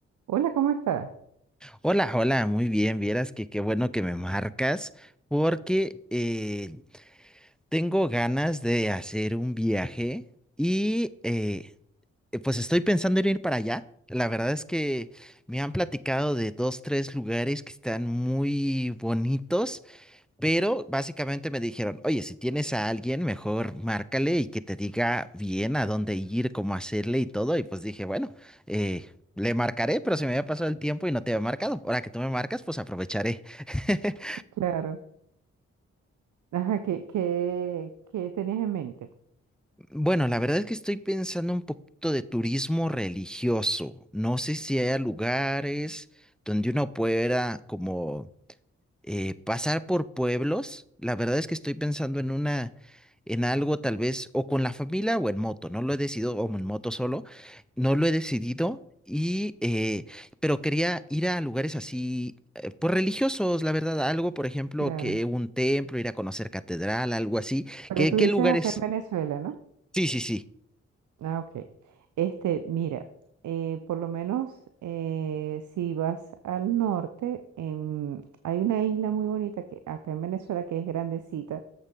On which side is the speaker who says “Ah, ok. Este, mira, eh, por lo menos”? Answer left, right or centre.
Right